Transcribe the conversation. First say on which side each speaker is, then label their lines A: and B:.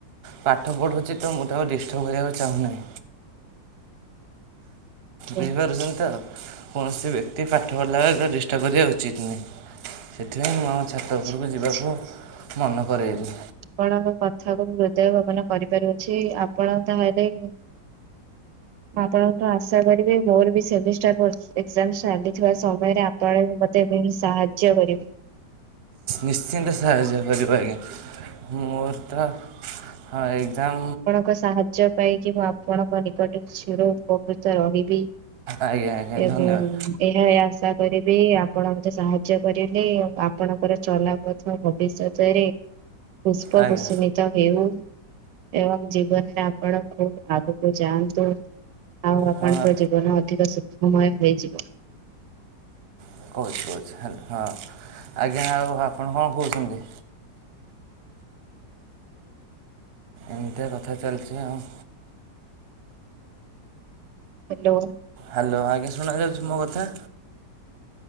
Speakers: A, on the right (about 45°); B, on the right (about 75°).
A: ପାଠ ପଢୁଛି ତ ମୁଁ ତ ଡିଷ୍ଟର୍ବ କରିବାକୁ ଚାହୁଁନାହିଁ
B: ଆଜ୍ଞା
A: ବୁଝିପାରୁଛନ୍ତି
B: ଆଜ୍ଞା
A: ତ କୌଣସି ବ୍ୟକ୍ତି ପାଠ ପଢ଼ିଲା ବେଳେ ତାକୁ ଡ଼ିଷ୍ଟର୍ବ କରିବା ଉଚିତ୍ ନୁହେଁ। ସେଥିପାଇଁ ମୁଁ ଆମ ଛାତ
B: ଆଚ୍ଛା
A: ଉପରକୁ ଯିବାକୁ
B: ଆଚ୍ଛା।
A: ମନ କରଇଲି।
B: ଆପଣଙ୍କ କଥାକୁ ହୃଦୟ ଭବନ କରିପାରୁଅଛି ଆପଣ ତାହଲେ ମୁଁ ଆପଣଙ୍କୁୁ ଆଶା କରିବି ମୋର ବି ସେମିଷ୍ଟାର ଏକ୍ଜାମ ଚାଲିଥିବା ସମୟରେ ଆ ଳ ମତେ ବି ସାହାଯ୍ୟ କରିବି।
A: ନିଶ୍ଚିନ୍ତ ସାହାଯ୍ୟ କରିବି ଆଜ୍ଞା ମୋର ତ ହଁ ଏକ୍ଜାମ
B: ଆପଣଙ୍କ ସାହାଯ୍ୟ ପାଇକି ମୁଁ ଆପଣଙ୍କ ନିକଟରେ ଚ଼ିର ଉପକୃତ ରହିବି।
A: ଆଜ୍ଞା ଆଜ୍ଞା
B: ଏ
A: ଧନ୍ୟବାଦ
B: <unintelligible> ଏହା ଆଶା କରିବି ଆପଣ ମତେ ସାହାଯ୍ୟ କରିଲେ ଆପଣଙ୍କର ଚଲା ଭବିଷ୍ୟତରେ ପୁଷ୍ପ
A: ଆଜ୍ଞା
B: କୁସୁମିତ ହେଉ ଏବଂ ଜୀବନରେ ଆପଣ ଖୁବ ଆଗକୁ ଯାଆନ୍ତୁ। ଆଉ ଆପଣଙ୍କ
A: ହଁ
B: ଜୀବନ ଅଧିକ ସୁଖମୟ ହେଇଯିବ।
A: ହଁ। କହୁଚି କହୁଚି ହ୍ୟାଲୋ ହଁ ଆଜ୍ଞା ଆଉ ଆପଣ କଣ କହୁଚନ୍ତି? ଏମିତିଆ କଥା ଚାଲିଚି ଆଉ।
B: ହ୍ୟାଲୋ।
A: ହ୍ୟାଲୋ ଆଜ୍ଞା ଶୁଣା ଯାଉଚି ମୋ କଥା?